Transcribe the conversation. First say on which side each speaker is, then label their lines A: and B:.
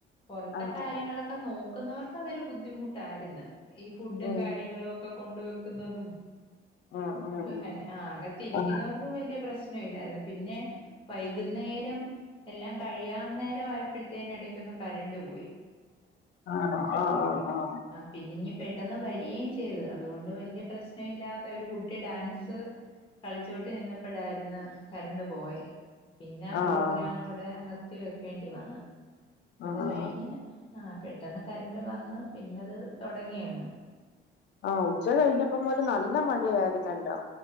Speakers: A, on the left; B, on the left.
A: പൊറത്തെ
B: ആഹ്
A: കാര്യങ്ങളൊക്കെ നോക്കുന്നവർക്ക് അതൊരു ബുദ്ധിമുട്ടായിര്ന്ന് ഈ ഫുഡും
B: ഉം
A: കാര്യങ്ങളുമൊക്കെ കൊണ്ട് വെക്കുന്നതും
B: ഉം ഉം
A: അങ്ങനെ
B: ഉം
A: ആ അകത്തിരിക്കുന്നവർക്ക്
B: ആ
A: വല്ല്യ പ്രശ്നവില്ലായിരുന്നു പിന്നെ വൈകുന്നേരം എല്ലാം കഴിയാ നേരം ആയപ്പോഴത്തേന് ഇടയ്ക്കൊന്ന് കറന്റ്‌ പോയി
B: ആണോ? ആഹ് ആഹ് ആഹ്
A: പിന്നിങ്ങ് പെട്ടെന്ന് വരികയും ചെയ്ത് അതുകൊണ്ട് വല്ല്യ പ്രശ്നവില്ലാതെ ഒരു കുട്ടി ഡാൻസ് കളിച്ചോണ്ട് നിന്നപ്പഴായിര്ന്ന് കറന്റ്‌ പോയേ പിന്നെ ആ
B: ആഹ് ആഹ്
A: പ്രോഗ്രാമവിടെ നിർത്തി വെക്കേണ്ടി വന്നു അത്
B: ആഹ്
A: കഴിഞ്ഞ് ആ പെട്ടെന്ന് കറന്റ്‌ വന്ന് പിന്നത് തൊടങ്ങിയങ്ങ്
B: ആഹ് ഉച്ച കഴിഞ്ഞപ്പം മുതല് നല്ല മഴയായിരുന്നല്ലോ?